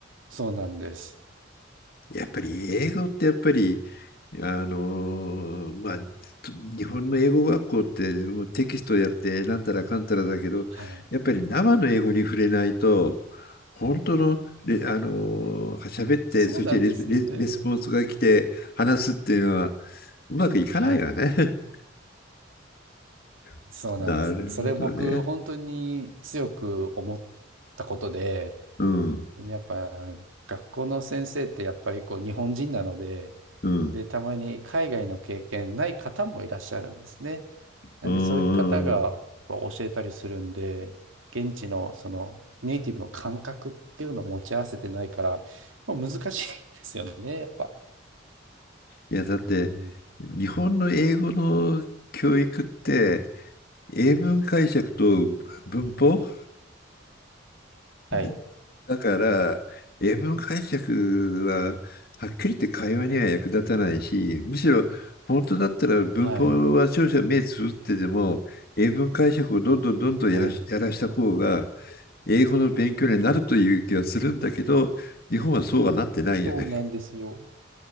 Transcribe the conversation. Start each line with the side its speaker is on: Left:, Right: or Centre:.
Right: そうなんです。
Left: やっぱり英語ってやっぱり、あのーまあ、と日本の英語学校ってもうテキストやってなんたらかんたらだけど、
Right: はい。
Left: やっぱり生の英語に触れないと、本当のレ、れあのー喋って、
Right: そうなんですよね。
Left: そしてレス、レレスポンスが来て話すっていうのはうまくいかないわね。
Right: はい。
Left: <laughs>
Right: そうなんですよね。
Left: なるほどね。
Right: それ僕、本当に強く思ったことで、
Left: うん、
Right: でね、やっぱ学校の先生ってやっぱりこう日本人なので、
Left: うん、
Right: で、たまに海外の経験ない方もいらっしゃるんですね。なんでそういう方がやっぱ教えたりするんで、
Left: うん。うん
Right: 現地のそのネイティブの感覚っていうのを持ち合わせてないから、まあ、難しいんですよね、やっぱ。
Left: いや、だって、
Right: うん。
Left: 日本の英語の教育って、英文解釈と文法
Right: はい。
Left: でだから、英文解釈ははっきり言って会話には役立たないし、むしろ本当だったら文法は少々目つぶってでも、
Right: はい。
Left: 英文解釈をどんどんどんどんやらし、
Right: はい。
Left: やらした方が、英語の勉強になるという気がするんだけど、日本はそうはなってないよね。
Right: そうなんですよ。